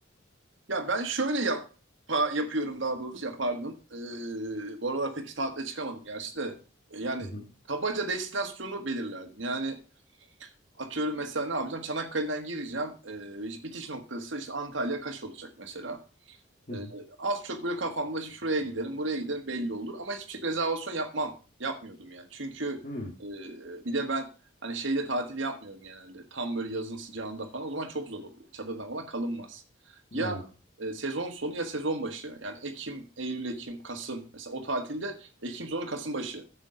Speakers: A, on the right; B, on the left.
A: Ya ben şöyle yap pa- yapıyorum daha doğrusu yapardım. Ee, bu aralar pek tatile çıkamadım gerçi de. Ee, Yani
B: Hı hı.
A: kabaca destinasyonu belirlerdim. Yani atıyorum mesela ne yapacağım? Çanakkale'den gireceğim. Ee, işte bitiş noktası işte Antalya Kaş olacak mesela.
B: Hı hı.
A: Ee, az çok böyle kafamda işte şuraya gidelim, buraya gidelim belli olur. Ama hiçbir şey rezervasyon yapmam. Yapmıyordum yani. Çünkü
B: Hı.
A: e, bir de ben hani şeyde tatil yapmıyorum genelde. Tam böyle yazın sıcağında falan. O zaman çok zor oluyor. Çadırdan falan kalınmaz. Ya
B: Aynen.
A: e, sezon sonu ya sezon başı. Yani Ekim, Eylül, Ekim, Kasım. Mesela o tatilde Ekim sonu, Kasım başı